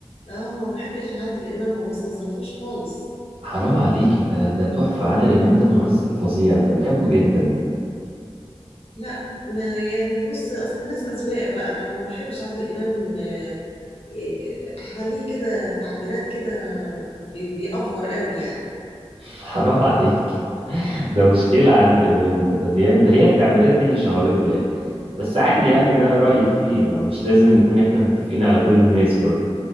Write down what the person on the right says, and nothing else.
حرام عليكي ده ده تحفه عادل امام ده ممثل فظيع ده انا بحبه جدا
<laughs> حرام عليك ده مشكله عادل امام ده ده بيعمل ده هي التعبيرات دي اللي شهرته يعني بس عادي يعني ده رايك فيه ما مش لازم نكون احنا متفقين على كل الناس برضه